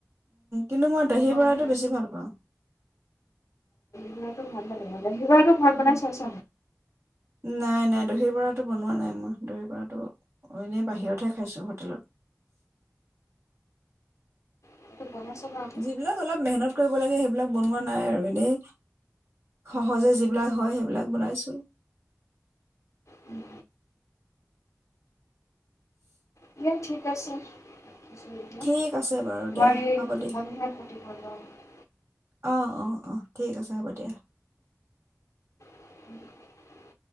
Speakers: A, on the right (about 55°); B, on the left (about 70°).
A: কিন্তু মই দহি
B: ইমান
A: বৰাটো বেছি ভাল পাওঁ।
B: সেইটো ভাল লাগে অ'। <unintelligible> ঘৰত
A: উম,
B: বনাই চাইছ?
A: নাই নাই দহি বৰাটো বনোৱা নাই মই দহি বৰাটো এনেই বাহিৰতহে খাইছো হোটেলত।
B: সেইটো বনাই চাবা আকৌ
A: যিবিলাক অলপ মেহনত কৰিব লাগে সেইবিলাক বনোৱা নাই আৰু এনেই সহজে যিবিলাক হয় সেইবিলাক বনাইছো।
B: উম। দিয়া ঠিক আছে। ৰাখিছোঁ এতিয়া
A: ঠিক আছে বাৰু দিয়া
B: মই এই
A: হব
B: টোপনিহে
A: দিয়া
B: ক্ষতি কৰিব
A: অ' অ' অ'। ঠিক আছে হ'ব দিয়া।
B: <inaudible>